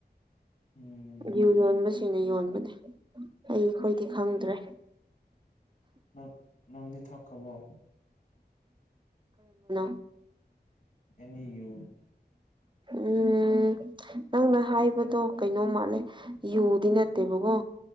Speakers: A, on the left; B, on the right.
A: ꯎꯝ
B: ꯌꯨ ꯌ <inaudible> ꯁꯤꯅ ꯌꯣꯟꯕꯅꯦ ꯑꯩ ꯑꯩꯈꯣꯏꯗꯤ ꯈꯪꯗ꯭ꯔꯦ
A: ꯅꯪ ꯅꯪ ꯊꯣꯛ ꯀꯕ
B: ꯎꯝꯝꯝ
A: ꯑꯌꯣ
B: ꯎꯝ ꯅꯪꯅ ꯍꯥꯏꯕꯗꯣ ꯀꯩꯅꯣ ꯃꯥꯜꯂꯦ ꯌꯨꯗꯤ ꯅꯠꯇꯦꯕꯀꯣ